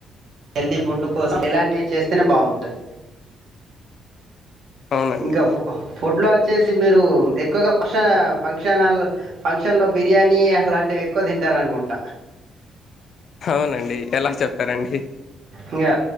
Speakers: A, on the right; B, on the left.
A: హెల్తీ ఫుడ్ కోసం ఇలాంటివి చేస్తేనే బాగుంటది
B: అవునండి
A: ఇంకా పు ఫుడ్ లో వచ్చేసి మీరు ఎక్కువగా ఫంక్షన్ హాల్ ఫంక్షన్ లో బిర్యానీ అలాంటివి ఎక్కువ తింట తింటరానుకుంట
B: అవునండి ఎలా చెప్పారండి
A: ఇంకా